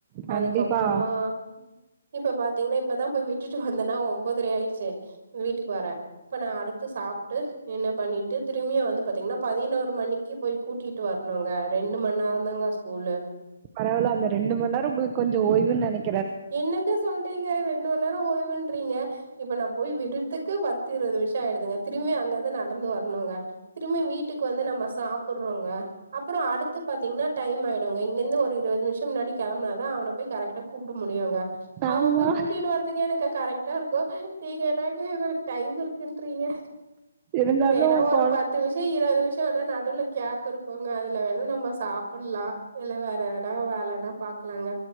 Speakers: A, on the right (about 20°); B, on the right (about 40°).
A: கண்டிப்பா.
B: அதுக்கப்புறமா இப்ப பாத்தீங்னா இப்பதா போய் விட் விட்டுட்டு வந்தனா ஒம்போதரை ஆயிட்ச்சு வீட்டுக்கு வர இப்ப நா அடுத்து சாப்ட்டு என்ன பண்ணிட்டு திரும்யு வந்து பாத்தீங்னா பதினோர் மணிக்கு போய் கூட்டிட்டு வரணுங்க ரெண்டு மண் நேரோ தாங்க ஸ்கூல்லு
A: பரவால அந்த ரெண்டு மண் நேரோ கொ கொஞ்ச ஓய்வுன் நெனைக்
B: என்னங்க சொல்றீங்க ரெண்டு மண் நேரோ ஓய்வுன்றீங்க இப்ப நா போய் விடுதுக்கு பத் து இருவது மிஷோ ஆய்டுதுங்க திருமியு அங்கந்து நடந்து வரணுங்க திரும்பி வீட்டுக்கு வந்து நம்ம சாப்புறோங்க அப்றோ அடுத்து பாத்தீங்னா டைம் ஆயிடுங்க இங்கருந்து ஒரு இருவது நிம்ஷோ முன்னாடி கெளம்பனாதா அவன போய் கரெக்டா கூப் ட முடியுங்க அவ
A: ஆமா.
B: போய் கூட்டினு வரத்துக்கே எனக்கு கரெக்டா இருக்கு நீங்க என்னாங்க இது மாரி டைம் இருக்குன்றீங்க
A: இருந்தாலும்
B: வேணா ஒரு
A: குழ
B: பத்து மிஷோ இருவது நி சோ ந நடுல கேப் இருக்குங்க அதுல வேணா நம்ம சாப்பிட்லா இல்ல வேற வேணா வேலனா பாக் க்கலாங்க